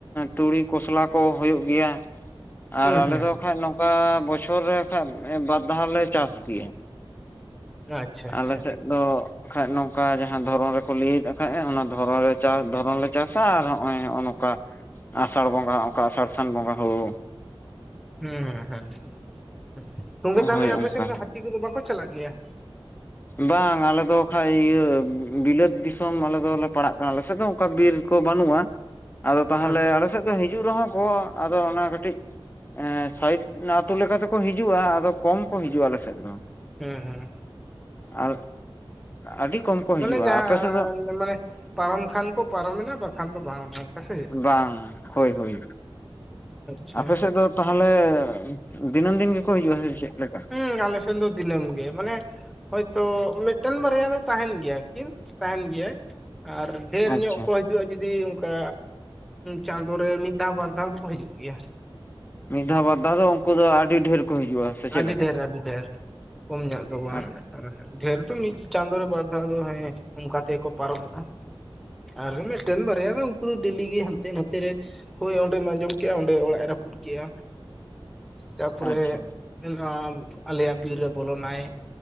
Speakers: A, on the left; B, in the centre.
A: ᱛᱩᱲᱤ ᱠᱚᱥᱞᱟ ᱠᱚ ᱦᱩᱭᱩᱜ ᱜᱮᱭᱟ
B: ᱦᱮᱸ
A: ᱟᱨ ᱟᱞᱮ
B: ᱦᱮᱸ
A: ᱫᱚ ᱠᱷᱟᱡ ᱱᱚᱝᱠᱟ ᱵᱚᱪᱷᱚᱨ ᱨᱮ ᱠᱷᱟᱡ ᱵᱟᱨᱫᱷᱟᱣ ᱞᱮ ᱪᱟᱥ ᱜᱮᱭᱟ
B: ᱟᱪᱪᱷᱟ ᱟᱪᱪᱷᱟ
A: ᱟᱞᱮ ᱥᱮᱫ ᱫᱚ ᱠᱷᱟᱡ ᱱᱚᱝᱠᱟ ᱡᱟᱦᱟᱸ ᱫᱷᱚᱨᱚᱱ ᱨᱮᱠᱚ ᱞᱟᱹᱭᱮᱫ ᱠᱷᱟᱡ ᱚᱱᱟ ᱫᱷᱚᱨᱚᱱ ᱨᱮ ᱫᱷᱚᱨᱚᱱ ᱞᱮ ᱪᱟᱥᱟ ᱟᱨ ᱱᱚᱜᱼᱚᱭ ᱱᱚᱜᱼᱚ ᱱᱚᱝᱠᱟ ᱟᱥᱟᱲ ᱵᱚᱸᱜᱟ ᱚᱱᱠᱟ ᱟᱥᱟᱲ ᱥᱟᱱ ᱵᱚᱸᱜᱟ ᱦᱳᱲᱳ
B: ᱦᱮᱸ ᱦᱮᱸ ᱦᱮᱸ ᱛᱚᱸᱵᱮ ᱛᱟᱦᱚᱞᱮ
A: ᱦᱳᱭ
B: ᱟᱯᱮᱥᱮᱫ
A: ᱚᱱᱠᱟ᱾
B: ᱫᱚ ᱦᱟᱹᱛᱤ ᱠᱚᱫᱚ ᱵᱟᱠᱚ ᱪᱟᱞᱟᱜ ᱜᱮᱭᱟ
A: ᱵᱟᱝ ᱟᱞᱮ ᱫᱚ ᱠᱷᱟᱡ ᱤᱭᱟᱹ ᱵᱤᱞᱟᱹᱛ ᱫᱤᱥᱚᱢ ᱟᱞᱮ ᱫᱚᱞᱮ ᱯᱟᱲᱟᱜ ᱠᱟᱱᱟ ᱟᱞᱮᱥᱮᱫ ᱫᱚ ᱚᱱᱠᱟ ᱵᱤᱨ ᱠᱚ ᱵᱟᱹᱱᱩᱜᱼᱟ ᱟᱫᱚ
B: ᱦᱮᱸ
A: ᱛᱟᱦᱚᱞᱮ ᱟᱞᱮ ᱥᱮᱫ ᱫᱚ ᱦᱤᱡᱩᱜ ᱨᱮᱦᱚᱸ ᱠᱚ ᱟᱫᱚ ᱚᱱᱟ ᱠᱟᱹᱴᱤᱡ ᱥᱟᱭᱤᱴ ᱟᱛᱩ ᱞᱮᱠᱟᱛᱮᱠᱚ ᱦᱤᱡᱩᱜᱼᱟ ᱟᱫᱚ ᱠᱚᱢ ᱠᱚ ᱦᱤᱡᱩᱜᱼᱟ ᱟᱞ ᱥᱮᱫ ᱫᱚ
B: ᱦᱮᱸ ᱦᱮᱸ
A: ᱟᱨ ᱟᱹᱰᱤ ᱠᱚᱢ ᱠᱚ
B: ᱢᱟᱱᱮ
A: ᱦᱤᱡᱩᱜᱼᱟ
B: ᱡᱟᱦᱟᱸ
A: ᱟᱯᱮ ᱥᱮᱫ ᱫᱚ
B: ᱢᱟᱱᱮ ᱯᱟᱨᱚᱢ ᱠᱷᱟᱱ ᱠᱚ ᱯᱟᱨᱚᱢᱮᱱᱟ ᱵᱟᱠᱷᱟᱱ ᱫᱚ ᱵᱟᱝ ᱥᱮ
A: ᱵᱟᱝ ᱦᱳᱭ ᱦᱳᱭ
B: ᱪᱮᱫ?
A: ᱟᱯᱮ
B: ᱟᱪᱪᱷᱟ
A: ᱥᱮᱫ ᱫᱚ ᱛᱟᱦᱚᱞᱮ ᱫᱤᱱᱟᱹᱢ ᱫᱤᱱ ᱜᱮᱠᱚ ᱦᱤᱡᱩᱜᱼᱟ ᱥᱮ ᱪᱮᱫ ᱞᱮᱠᱟ
B: ᱦᱩᱸ ᱫᱤᱱᱟᱹᱢ ᱜᱮ ᱢᱟᱱᱮ ᱦᱳᱭᱛᱚ ᱢᱤᱫᱴᱮᱱ ᱵᱟᱨᱭᱟ ᱫᱚ ᱛᱟᱦᱮᱱ ᱜᱮᱭᱟ ᱠᱤᱱ ᱛᱟᱦᱮᱱ ᱜᱮᱭᱟᱭ ᱟᱨ ᱰᱷᱮᱨ
A: ᱟᱪᱪᱷᱟ
B: ᱧᱚᱜ ᱠᱚ ᱦᱤᱡᱩᱜᱼᱟ ᱡᱩᱫᱤ ᱚᱱᱠᱟ ᱪᱟᱸᱫᱳ ᱨᱮ ᱢᱤᱫ ᱫᱷᱟᱣ ᱵᱟᱨ ᱫᱷᱟᱣ ᱫᱚᱠᱚ ᱦᱤᱡᱩᱜ ᱜᱮᱭᱟ
A: ᱢᱤᱫ ᱫᱷᱟᱣ ᱵᱟᱨ ᱫᱷᱟᱣ ᱫᱚ ᱩᱱᱠᱩ ᱫᱚ ᱟᱹᱰᱤ ᱰᱷᱮᱨ ᱠᱚ ᱦᱤᱡᱩᱜᱼᱟ ᱥᱮ ᱪᱮᱫ
B: ᱟᱹᱰᱤ
A: ᱞᱮᱠᱟ
B: ᱰᱷᱮᱨ ᱟᱹᱰᱤ ᱰᱷᱮᱨ ᱠᱚᱢ ᱧᱚᱜ ᱫᱚ ᱵᱟᱝ
A: ᱟᱨ
B: ᱰᱷᱮᱨ ᱫᱚ ᱢᱤᱫ ᱪᱟᱸᱫᱳ ᱨᱮ ᱵᱟᱨ ᱫᱷᱟᱣ ᱫᱚ ᱦᱮᱸ ᱚᱱᱠᱟ ᱛᱮᱜᱮᱠᱚ ᱯᱟᱨᱚᱢᱚᱜᱼᱟ ᱟᱨ ᱢᱤᱫᱴᱮᱱ ᱵᱟᱨᱭᱟ ᱫᱚ ᱩᱱᱠᱩ ᱫᱚ ᱰᱮᱞᱤ ᱜᱮ ᱦᱟᱱᱛᱮ ᱱᱟᱛᱮ ᱨᱮ ᱦᱳᱭ ᱚᱸᱰᱮᱢ ᱟᱸᱡᱚᱢ ᱠᱮᱜᱼᱟ ᱚᱸᱰᱮ ᱚᱲᱟᱜ ᱮ ᱨᱟᱹᱯᱩᱫ ᱠᱮᱜᱼᱟ ᱛᱟᱨᱯᱚᱨᱮ
A: ᱟᱪᱪᱷᱟ
B: ᱱᱚᱣᱟ ᱟᱞᱮᱭᱟᱜ ᱵᱤᱨ ᱨᱮ ᱵᱚᱞᱚᱱᱟᱭ